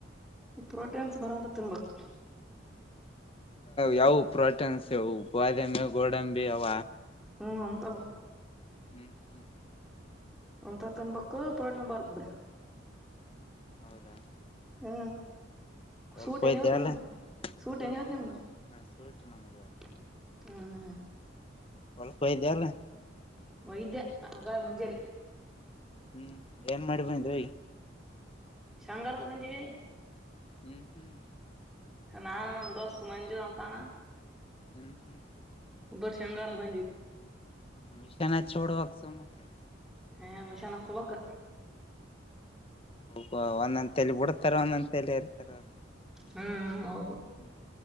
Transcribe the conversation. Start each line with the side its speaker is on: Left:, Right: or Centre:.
Centre: ಪ್ರೋಟೀನ್ಸ್ ಬರೋ ಅಂತಾದ್ ತಿನ್ಬೇಕು
Left: ಯಾವ ಪ್ರೋಟೀನ್ಸ್ ಇವು ಬಾದಾಮಿ ಗೋಡಂಬಿ ಅವ
Centre: ಹ್ಮ್ ಅಂತವ
Left: ಹ್ಮ್ ಹ್ಮ್
Centre: ಅಂತಾವ್ ತಿನ್ಬೇಕು ಪ್ರೊಟೀನ್ ಬರ್ತದ
Left: ಹೌದಾ
Centre: ಹ್ಮ
Left: ಹೊಲ್ಕ್
Centre: ಸೂಟ್
Left: ಹೋಗಿದ್ಯಾ
Centre: ನ ಹೊತ್ತು
Left: ಅಲ್ಲ
Centre: ಮುಗ ಸೂಟ್
Left: ಸೂಟಿ
Centre: ನ ಹೊತ್ತು
Left: ನೋಡ ಸೂಟಿ ನಮಗ
Centre: <unintelligible> ಹಾ ಹಾ
Left: ಹೊಲಕ್ ಹೋಗಿದ್ದೆ ಅಲ್ಲ
Centre: ಹೋಗಿದ್ದೆ ಆಗ್ಲೇ ಮುಂಜಾನೆ
Left: ಹ್ಮ್ ಏನ್ ಮಾಡಿ ಬಂದೆ ಹೋಗಿ
Centre: ಶೇಂಗಾ ಹಾರ್ಡ್ ಬಂದಿವಿ
Left: ಹ್ಮ್ ಹ್ಮ್
Centre: ನಾನು ನಮ್ಮ ದೋಸ್ತು ಮಂಜು ಅಂತ ಅವ್ನ
Left: ಹ್ಮ್ ಹ್ಮ್
Centre: ಇಬ್ರು ಶೇಂಗಾ ಹಾರ್ಡ್ ಬಂದ್ವಿ
Left: ಮಷೀನ್ ಹಚ್ ಬಿಡ್ಬೇಕು ಸುಮ್ಕೆ
Centre: ಹ ಮಷೀನ್ ಹಚ್ಬೇಕು
Left: ಹ ಒಂದಂತಲಿ ಬಿಡತಾರ ಒಂದಂದಲಿ ಇರ್ತಾರ ಅವರು
Centre: ಹ್ಮ್ ಹೌದು
Left: ಹ್ಮ್